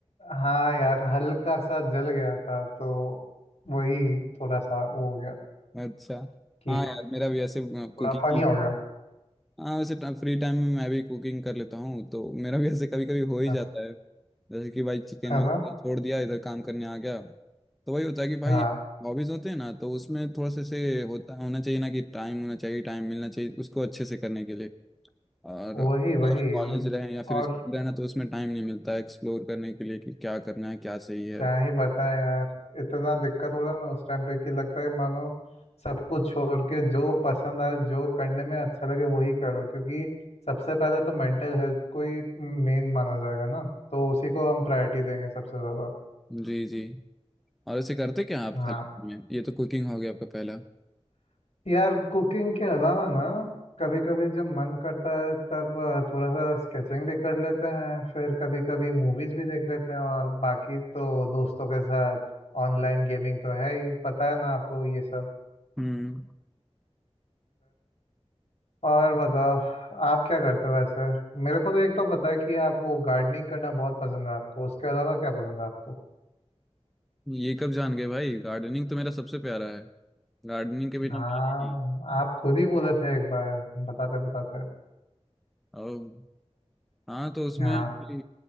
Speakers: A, on the left; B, in the centre.
A: हाँ यार हल्का सा जल गया था तो वही थोड़ा सा वो हो गया
B: अच्छा
A: कि
B: हाँ यार मेरा भी ऐसे कुकिंग
A: थोड़ा
B: की
A: फनी हो गया
B: हाँ वैसे फ्री टाइम में मैं भी कुकिंग कर लेता हूँ तो मेरा भी ऐसे कभी कभी हो ही
A: हाँ,
B: जाता है जैसे कि भाई चिकन
A: है
B: वैसे
A: ना
B: छोड़ दिया इधर काम करने आ गया तो वही होता है कि भाई
A: हाँ
B: हॉबीज होते हैं ना तो उसमें थोड़ा सा से होता होना चाहिए ना कि टाइम होना चाहिए टाइम मिलना चाहिए उसको अच्छे से करने के लिए और
A: वही वही
B: अगर कॉलेज रहें या फिर
A: और
B: स्कूल रहना तो उसमें टाइम नहीं मिलता एक्सप्लोर करने के लिए कि क्या करना है क्या सही है
A: क्या ही बताएं यार इतना दिक्कत हो रहा ना उस टाइम पे कि लगता है मानो सब कुछ छोड़ के जो पसंद आए जो करने में अच्छा लगे वही करो क्योंकि सबसे पहले तो मेंटल हेल्थ को ही मेन माना जाएगा ना तो उसी को हम प्रायोरिटी देंगे सबसे ज़्यादा
B: जी जी और ऐसे करते क्या आप
A: हाँ
B: खाली time में ये तो कुकिंग हो गया आपका पहला
A: यार कुकिंग के अलावा ना कभी कभी जब मन करता है तब अ, थोड़ा सा स्केचिंग भी कर लेते हैं फिर कभी कभी मूवीज़ भी देख लेते हैं और बाकी तो दोस्तों के साथ ऑनलाइन गेमिंग तो है ही पता है ना आपको ये सब
B: हम्म
A: और बताओ आप क्या करते हो वैसे मेरे को तो एक तो पता है कि आप वो गार्डनिंग करना बहुत पसंद है आपको उसके अलावा क्या पसंद है आपको
B: ये कब जान गए भाई गार्डनिंग तो मेरा सबसे प्यारा है गार्डनिंग के बिना
A: हाँ
B: पहले ही
A: आप खुद ही बोले थे एक बार बताते बताते
B: ओ हाँ तो उसमें
A: हाँ
B: कि